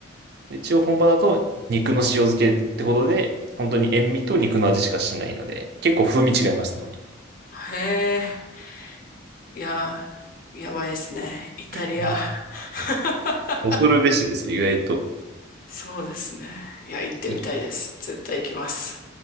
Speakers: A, on the right (about 50°); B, on the left (about 45°).
A: で一応本場だと肉の塩漬けってことで、本当に塩味と肉の味しかしないので、結構風味違いますね、本当に。
B: へえ。いや、やばいですね。イタリア。
A: うん
B: <laughs>
A: 恐るべしですよ、意外と。
B: そうですね。いや、行ってみたいです。
A: い
B: 絶対行きます。